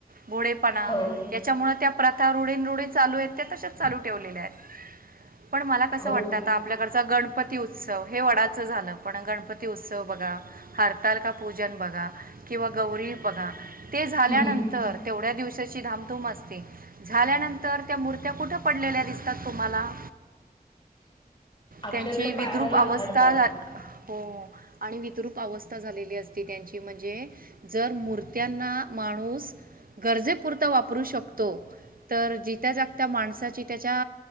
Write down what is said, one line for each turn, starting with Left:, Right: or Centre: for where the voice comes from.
Right: भोळेपणा,,
Left: हो
Right: याच्यामुळं त्या प्रथा रुढीन रुढीनऽऽ चालू आहेत त्या तशाच चालू ठेवलेल्या आहेत. पण मला कसं
Left: हो
Right: वाटतं आता आपल्याकडचा गणपती उत्सव, हे वडाचं झालं, पण गणपती उत्सवऽऽ बगा, हरतालका पूजन बघा, किंवा गौरी बघा, तेजऽऽ ल्या
Left: हम्म, हम्म.
Right: नंतर तेवढ्या दिवसाची धामधुम असते,, झाल्यानंतर त्या मूर्त्या कुठंऽऽ पडलेल्या दिसतात तुम्हाला.
Left: अक्षरशः
Right: त्यांची विद्रुप
Left: पायाला लाथाडतात
Right: अवस्था झा, हो,, आणि वितरूप अवस्था झालेली असती त्यांची म्हणजे,, जर मूर्त्यांनाऽऽ माणूस,, गरजेपुरता वापरू शकतो. तर जित्या जागत्या माणसाची त्याच्या,,